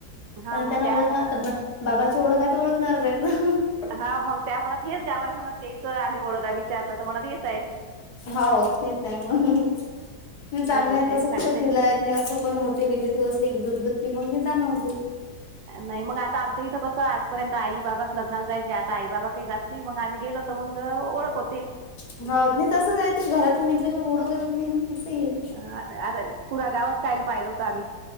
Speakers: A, on the right; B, on the left.
A: हा
B: कारण
A: मग
B: त्यांना
A: त्या
B: ओळखणार बाबाची ओळख हाय तर ओळखणारच आहेत ना.
A: हा मग त्या म्हणत हेच गाव आहे म्हणत तेच आम्ही ओळदा विचारलं तर म्हणत हेच आहे.
B: हो तेच आहे मग मी चांगलं
A: मग
B: आहे
A: त्यांनी
B: तसं
A: सांगितले
B: कुठ फिरलंय जात म असं पण मोठे रिलेटिव्ह असले दुरदुर की मग जाणं होते.
A: नाही मग आता आमच्या इथं कसं आजपर्यंत आई बाबाच लग्नाला जायचे आता आई बाबा काही जात नाही मग आम्ही गेलो तर मग ओळख होते.
B: होत नाही तसंचय ते घरातून निघल्या शिवाय ओळख होत नाही मग असं आहे.
A: अरे अरे कुरा गावच काहील पाहिलं होतं आम्ही.